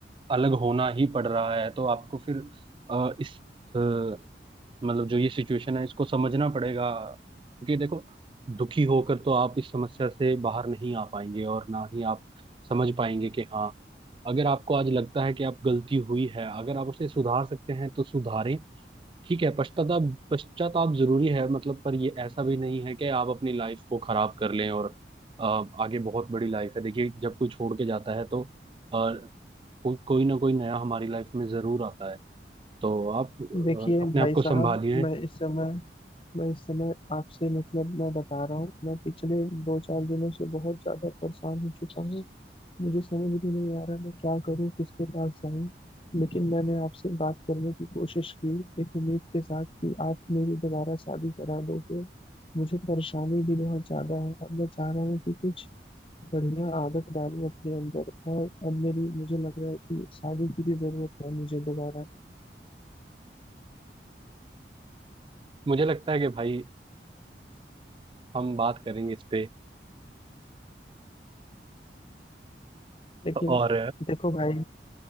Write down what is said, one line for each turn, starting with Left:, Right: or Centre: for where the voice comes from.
Right: अलग होना ही पड़ रहा है तो आपको फिर अ, इस अ, मतलब जो ये सिचुएशन है इसको समझना पड़ेगा क्योंकि देखो दुखी होकर तो आप इस समस्या से बाहर नहीं आ पाएंगे और ना ही आप समझ पाएंगे कि हाँ अगर आपको आज लगता है कि आप गलती हुई है अगर आप उसे सुधार सकते हैं तो सुधारें ठीक है पश्चाताप पश्चाताप जरूरी है मतलब पर ये ऐसा भी नहीं है कि आप अपनी लाइफ को खराब कर लें और अ, आगे बहुत बड़ी लाइफ है देखिए जब कोई छोड़ के जाता है तो अ, को, कोई ना कोई नया हमारी लाइफ में जरूर आता है तो आप
Left: देखिए
Right: अ, अपने
Left: भाई
Right: आप को
Left: साहब
Right: संभालिए
Left: मैं इस समय मैं इस समय आपसे मतलब मैं बता रहा हूँ मैं पिछले दो चार दिनों से बहुत ज्यादा परेशान हो चुका हूँ मुझे समझ भी नहीं आ रहा मैं क्या करूँ किसके पास जाऊँ लेकिन मैंने आपसे बात करने की कोशिश की एक उम्मीद के साथ कि आप मेरी दोबारा शादी करा दोगे मुझे परेशानी भी बहुत ज्यादा है अब मैं चाह रहा हूँ कि कुछ बढ़िया आदत डालूं अपने अंदर और अब मेरी मुझे लग रहा है कि शादी की भी जरूरत है मुझे दोबारा
Right: मुझे लगता है कि भाई हम बात करेंगे इस पे
Left: लेकिन
Right: और
Left: देखो भाई